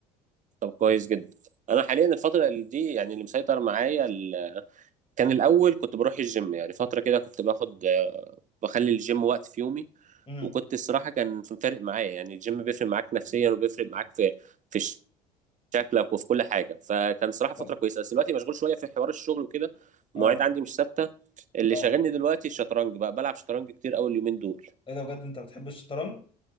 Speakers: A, on the right; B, on the left.
A: طب كويس جدا، أنا حاليا الفترة اللي دي يعني اللي مسيطر معايا ال... كان الأول كنت بروح الجيم يعني فترة كده كنت باخد بخلي الجيم وقت في يومي
B: امم
A: وكنت الصراحة كان فارق معايا يعني الجيم بيفرق معاك نفسيا وبيفرق معاك في في شكلك وفي كل حاجه فكان صراحه فتره
B: طب
A: كويسه بس دلوقتي مشغول شويه في حوار الشغل وكده
B: اه
A: المواعيد عندي مش ثابته اللي
B: اه
A: شاغلني دلوقتي الشطرنج بقى بلعب شطرنج كتير قوي اليومين دول
B: ايه ده بجد انت بتحب الشطرنج